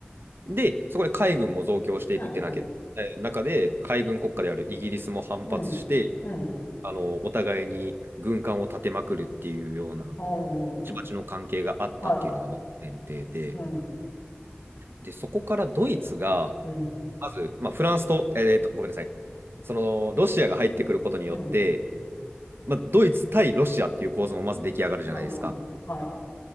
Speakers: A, on the right; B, on the left.
A: で、そこで海軍も増強していくってなけ、
B: うんうん。
A: え中で、海軍国家であるイギリスも反発して、
B: うん。うん。
A: あの、お互いに軍艦を立てまくるっていうような、
B: お
A: バチバチの関係があったっていうのがまず前提で、
B: ー。はい。うん。
A: で、そこからドイツが、
B: うん。
A: まず、まあ、フランスと、えーと、ごめんなさい、その、ロシアが入ってくることによって、
B: うん。
A: まあ、ドイツ対ロシアっていう構図もまず出来上がるじゃないですか。
B: うんうん。はい。